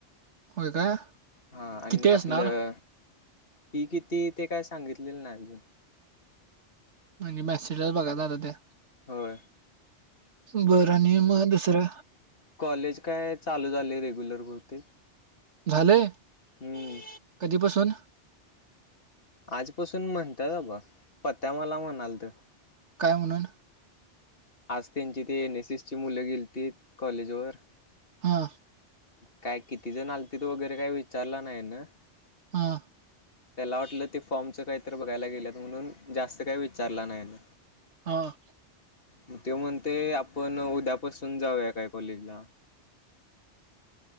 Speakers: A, on the right; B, on the left.
A: होय काय
B: हा आणि
A: किती असणार?
B: आप ता फी किती ते काय सांगितलेलं नाय अजून.
A: म्हणजे मेसेला बघा झालं त्या.
B: होय.
A: बरं आणि मग दुसरा
B: कॉलेज काय चालू झाले रेग्युलर बहुतेक.
A: झालंय
B: हम्म
A: कधीपासून?
B: आजपसून म्हणतात बाबा पत्या मला म्हणालत.
A: काय म्हणू?
B: आज त्यांची ते एन एस ची मुलं गेलीती कॉलेजवर.
A: हा.
B: काय किती जण आलतील ते वगैरे काय विचारलं नाही ना.
A: हा.
B: त्याला वाटलं ते फॉर्मचं काहीत बघायला गेलेत म्हणून जास्त काही विचारलं नाही ना.
A: हां.
B: म ते म्हणते आपण उद्यापासून जाऊया काय कॉलेजला.